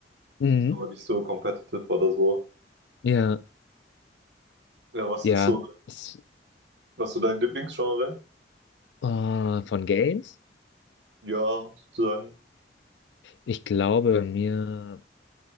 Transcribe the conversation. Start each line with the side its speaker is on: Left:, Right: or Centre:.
Left: Mhm.
Right: aber nicht so competitive oder so.
Left: Ja.
Right: Ja, was
Left: Ja.
Right: ist so,
Left: S-
Right: was ist so dein Lieblingsgenre?
Left: äh, von Games?
Right: Ja, sozusagen.
Left: Ich glaube bei mir.